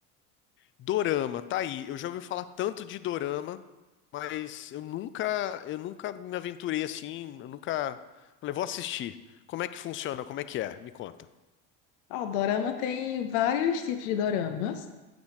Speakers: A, on the left; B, on the left.
A: Dorama, tá aí. Eu já ouvi falar tanto de Dorama, mas eu nunca, eu nunca me aventurei assim, eu nunca falei, vou assistir. Como é que funciona? Como é que é? Me conta.
B: Ó, dorama tem vários tipos de doramas.